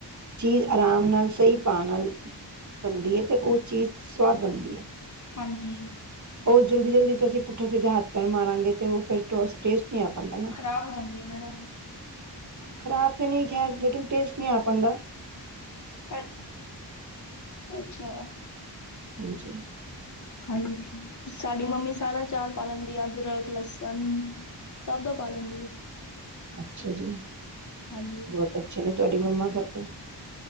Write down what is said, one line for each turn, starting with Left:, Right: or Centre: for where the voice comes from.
Right: ਚੀਜ਼ ਆਰਾਮ ਨਾਲ ਸਹੀ ਪਾ ਨਾਲ। ਬਣਦੀ ਹੈ ਤੇ ਉਹ ਚੀਜ਼ ਸਵਾਦ ਬਣਦੀ ਹੈ।
Left: ਹਾਂਜੀ।
Right: ਉਹ ਜਲਦੀ ਜਲਦੀ ਚ ਅਸੀਂ ਪੁੱਠਾ ਸਿੱਧੇ ਹੱਥ ਪੈਰ ਮਾਰਾਂਗੇ ਤੇ ਉਹ ਫਿਰ ਟੋਸਟ ਟੈਸਟ। ਨੀ ਆਂ ਪਾਂਦਾ ਨਾ।
Left: ਖ਼ਰਾਬ ਹੋ ਜਾਂਦੀ ਹੈ
Right: ਖ਼ਰਾਬ ਤੇ ਨਹੀਂ ਖੈਰ ਲੇਕਿਨ ਟੇਸਟ ਨਹੀਂ ਆ ਪਾਉਂਦਾ।
Left: ਸਾਡ ਅੱਛਾ।
Right: ਹਾਂਜੀ।
Left: ਹਾਂਜੀ ਸਾਡੀ ਮੰਮੀ ਸਾਰਾ ਚਾਰ ਪਾ ਲੈਂਦੀ ਆ ਅਦਰਕ ਲਸਣ। ਸਭ ਦਾ ਪਾ ਲੈਂਦੀ ੲੈ।
Right: ਅੱਛਾ, ਜੀ
Left: ਹਾਂਜੀ।
Right: ਬਹੁਤ ਅੱਛੇ ਨੇ ਤੁਹਾਡੀ ਮੰਮਾ ਫਿਰ ਤੇ